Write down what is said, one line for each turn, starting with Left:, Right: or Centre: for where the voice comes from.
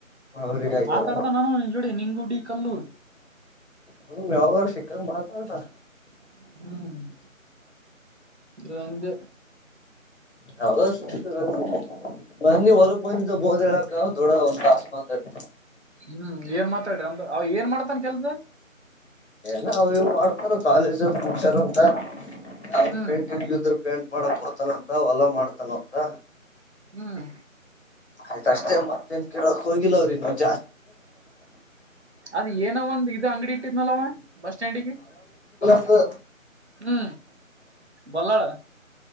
Left: ಅವ್ರಿಗೆ ಹಾಕ್ಯಾರ
Right: ಮಾತಾಡ್ತ ನಾನು ಜೋಡಿ ನಿಂಗುಡಿ ಕಲ್ಲೂರ್
Left: ಹೌದ್ ಯಾವ್ದೋ ಶೀಕ್ಕಾಂಗ್ ಮಾತಾಡ್ತಾರ್.
Right: <unintelligible> ಹ್ಮು <unintelligible>
Left: ಯಾವ್ದೋ <unintelligible> ಬನ್ನಿ ಹೊಲಕ್ ಬಂದ್ ಬೋದ್ ಎಳ್ಯಾಕ್ ದೊಡ್ಡ ಒಂದ ತಾಸ್ ಮಾತಾಡ್ರ.
Right: ಹ್ಮ್ ಏನ್ ಮಾತಾಡಿ ಅಂದ ಅವ ಏನ್ ಮಾಡ್ತಾನ್ ಕೆಲ್ಸ.
Left: ನ ಅವ್ ಇವ ಮಾಡ್ತಾರ ಕಾಲೇಜ್ <unintelligible> ಅಂತ ಯಾವ್ದ್
Right: ಹ್ಮ್
Left: ಪೇಂಟ್ <unintelligible> ಯುತುರ್ ಪೇಂಟ್. ಬೇಡ ಅತ್ ಹೊತನ ಅಂತ್. ತ ಹೊಲದಾಗ್ ಮಾಡ್ತಾನ ಅವ್. ಗ
Right: ಹ್ಮ್
Left: ಆಯ್ತ ಅಷ್ಟೇ ಮತ್ತೇನ್. ಕೇಳಾಕ್ ಹೋಗಿಲ್ಲ ಅವರ್ ಇನ್ನು <unintelligible>
Right: ಅದ ಏನ ಒಂದ ಇದು ಅಂಗಡಿ ಇಟ್ಟಿದ್ನಲ್ ಅವ್ ಬಸ್ ಸ್ಟ್ಯಾಂಡಿಗಿ.
Left: ಹೂ
Right: ಹ್ಮು ಬಲ್ಲಾಳ್.